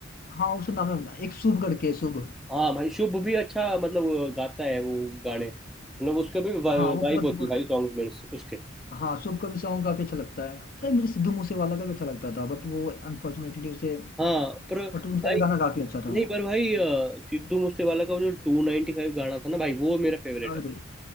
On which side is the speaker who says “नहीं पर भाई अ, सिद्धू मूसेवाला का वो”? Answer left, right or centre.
Centre